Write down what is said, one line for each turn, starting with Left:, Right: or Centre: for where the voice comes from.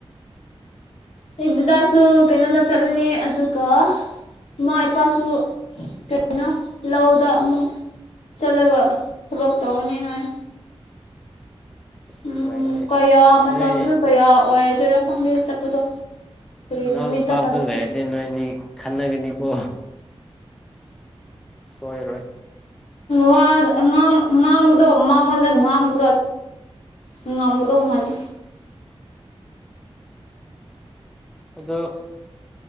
Left: ꯈꯣꯏ ꯗꯤꯗꯥꯁꯨ ꯀꯩꯅꯣꯗ ꯆꯠꯂꯅꯤ ꯑꯗꯨꯒ ꯏꯃꯥꯥ ꯏꯄꯥꯁꯨ ꯀꯩꯅꯣ ꯂꯧ ꯗ ꯑꯃꯨꯛ ꯆꯠꯂꯒ ꯊꯕꯛ ꯇꯧꯔꯅꯤ ꯍꯥꯏ
Centre: ꯑꯁ
Left: ꯎꯝ
Centre: ꯅꯨꯡꯉꯥꯏꯅꯦ
Left: ꯀꯌꯥ ꯃꯇꯝꯗꯣ
Centre: ꯅꯣꯏ
Left: ꯀꯌꯥ ꯑꯣꯏꯗꯣꯏꯔꯥ ꯈꯪꯗꯦ ꯆꯠꯄꯗꯣ ꯀꯔꯤ
Centre: ꯅꯪ
Left: ꯅꯨꯃꯤꯠꯇ
Centre: ꯄꯥꯗꯇ
Left: ꯍꯜꯂꯛꯀꯦ
Centre: ꯂꯩꯗꯤ ꯅꯣꯏꯅꯤ ꯈꯟꯅꯒꯅꯤ ꯀꯣ ꯁꯣꯏ ꯔꯣꯏ
Left: ꯋꯥ ꯗ ꯉꯥꯡ ꯉꯥꯡꯕꯗꯣ ꯃꯥꯉꯣꯜꯗ ꯉꯥꯡꯕꯗꯣ ꯉꯝꯒꯗꯧ ꯃꯥꯟꯗꯦ
Centre: ꯑꯗꯣ